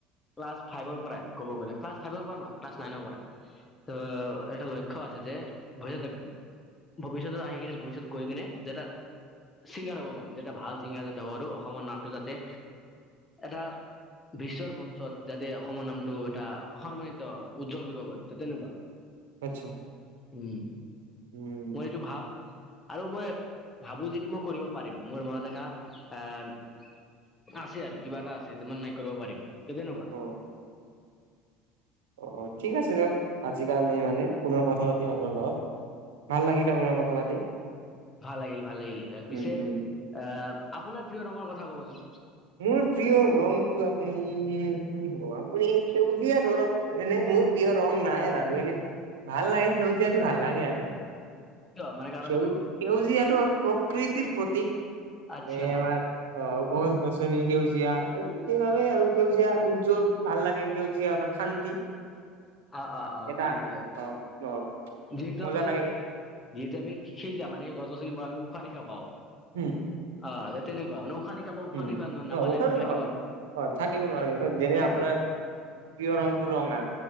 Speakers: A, on the left; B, on the right.
A: ক্লাছ ফাইভৰ পৰাই ক'ব গ'লে ক্লাছ ফাইভৰ পৰা নহয় ক্লাছ নাইনৰ পৰা। ত' এটা লক্ষ্য আছে যে ভৱিষ্যত ভৱিষ্যত আহি কিনে ভৱিষ্যত গৈ কিনে তাত ছিংগাৰ হ'ব মন ভাল চিংগাৰ যাতে হ'ব আৰু অসমৰ যাতে এটা বিশ্বৰ মঞ্চত যাতে অসমৰ নামটো এটা সন্মানিত উজ্জ্বল কৰিব পাৰো ত তেনেকুৱা।
B: আচ্ছা।
A: উম,
B: উম,
A: মই এইটো ভাব আৰু মই ভাবো যিটো মই কৰিব পাৰিম মোৰ মনত এটা এ আছে আৰু কিবা এটা আছে যমান নাই কৰিব পাৰিম তে তেনেকুৱা।
B: অ', অ', অ', ঠিক আছে দিয়ক আজিৰ কাৰণে মানে পুনৰ কথা পাতিম আপোনাৰ লগত। ভাল লাগিব আপোনাৰ কথা পাতি।
A: ভাল লাগিল ভাল লাগিল পিছে
B: উম, উম।
A: আহ আপোনাৰ প্ৰিয় ৰঙৰ কথা ক'বচোন?
B: মোৰ প্ৰিয় ৰংটো আপুনি, আপুনি সেউজীয়া ধৰক এনেই মোৰ প্ৰিয় ৰং নাই বাৰু এনে ভাল লাগে সেউজীয়াটো ভাল লাগে আৰু
A: কি মানে কাৰণটো
B: সেউ সেউজীয়াটো হ'ল প্ৰকৃতিৰ প্ৰতীক
A: আচ্ছা
B: এ আমাৰ অ, গছ-গছ। আচনি সেউজীয়া আৰু সেইবাবে আৰু সেউজীয়া উজ্জ্বল ভাল লাগে সেউজীয়া শান্তি।
A: অ', অ', অ',
B: এটা
A: শান্তি
B: অ', অ',
A: যিহেতু
B: মজা
A: আমি
B: লাগে
A: যিহেতু আম সজ য মানে গছনিবোৰ আমি উশাহ নিশা পাওঁ।
B: হুম,
A: অ, তেনেকুৱা ন খানি নিশাহ পাওঁ উশাহ
B: উম,
A: নিশাহ নাপালে
B: অ, উম,
A: আমি থাকিব
B: অ', অ', থাকিব
A: ত
B: নোৱাৰি যেনে
A: সেইটোৱে
B: আপোনাৰ প্ৰীয় ৰংটো ৰঙা